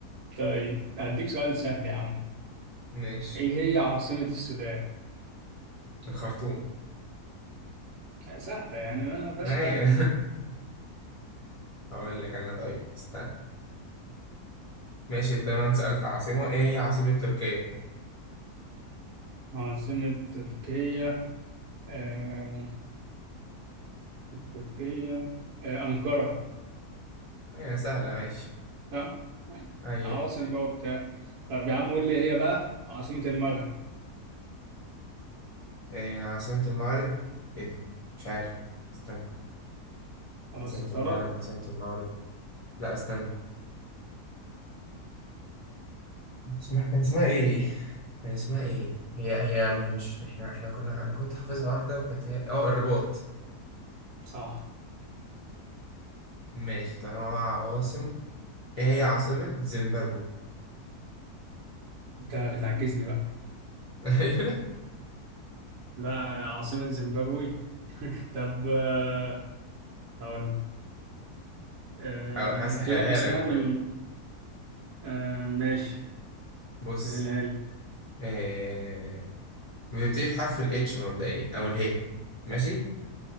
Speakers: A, on the right; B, on the left.
A: طيب هديك سؤال سهل يا عم
B: ماشي
A: ايه هي عاصمة السودان؟
B: الخرطوم
A: سهلة يعني ما فيهاش
B: ايوه
A: حاجة دي
B: <laughs> هقول لك انا طيب استنى ماشي تمام سألت عاصمة ايه هي عاصمة تركيا
A: عاصمة تركيا آه... تركيا آه... أنقرة
B: هي سهلة ماشي
A: صح؟
B: أيوة
A: عواصم بقى وبتاع طب يا عم قول لي هي بقى عاصمة المغرب
B: إيه عاصمة المغرب إيه ده مش عارف استنى
A: أبسطها
B: عاصمة المغرب
A: لك
B: عاصمة المغرب لا استنى اسمها كان اسمها إيه كان اسمها إيه هي هي مش مش إحنا إحنا كنا أنا كنت حافظها واحدة وكانت هي أه الرباط
A: صح
B: ماشي طالما بقى عواصم إيه هي عاصمة زيمبابوي
A: انت بتعجزني بقى
B: <laughs> أيوة
A: لا عاصمة زيمبابوي <laughs> طب آه، هقول آه،
B: أو هسهلها
A: فيها اسمها
B: لك
A: من
B: طيب
A: آه، ماشي
B: بص
A: سهلها لي
B: إيه بتبتدي بحرف الاتش مبدئيا أو الهي ماشي